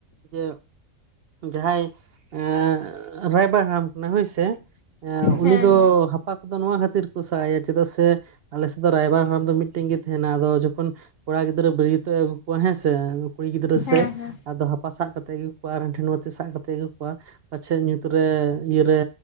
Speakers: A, on the right; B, on the left.
A: ᱡᱮ ᱡᱟᱦᱟᱸᱭ ᱮᱻ ᱨᱟᱭᱵᱟᱨ ᱦᱟᱲᱟᱢ ᱠᱟᱱᱟᱭ ᱦᱳᱭ ᱥᱮ, ᱩᱱᱤ
B: ᱦᱮᱸ
A: ᱫᱚ ᱜᱟᱯᱟ ᱠᱚᱫᱚ ᱱᱚᱣᱟ ᱠᱷᱟᱹᱛᱤᱨ ᱠᱚ ᱥᱟᱦᱟᱭᱟ ᱪᱮᱫᱟᱜ ᱥᱮ ᱟᱞᱮ ᱥᱮᱫ ᱫᱚ ᱨᱟᱭᱵᱟᱨ ᱦᱟᱲᱟᱢ ᱫᱚ ᱢᱤᱫᱴᱮᱱ ᱜᱮ ᱛᱟᱦᱮᱱᱟ ᱟᱫᱚ ᱡᱚᱠᱷᱚᱱ ᱠᱚᱲᱟ ᱜᱤᱫᱽᱨᱟᱹ ᱵᱟᱹᱨᱭᱟᱹᱛᱚᱜ ᱮ ᱟᱹᱜᱩ ᱠᱚᱣᱟ ᱦᱮᱸ ᱥᱮ, ᱠᱩᱲᱤ ᱜᱤᱫᱽᱨᱟᱹ
B: ᱦᱮᱸ
A: ᱥᱮ
B: ᱦᱮᱸ ᱦᱮᱸ
A: ᱟᱫᱚ ᱦᱟᱯ ᱦᱟᱯᱟ ᱥᱟᱵ ᱠᱟᱛᱮᱫ ᱟᱹᱜᱩ ᱠᱚᱣᱟ ᱟᱨ ᱦᱟᱱᱤ ᱴᱷᱮᱱ ᱢᱟ ᱛᱤ ᱥᱟᱵ ᱠᱟᱛᱮᱫ ᱟᱹᱜᱩ ᱠᱚᱣᱟ, ᱯᱟᱪᱷᱮᱫ ᱧᱩᱛ ᱨᱮ ᱤᱭᱟᱹ ᱨᱮ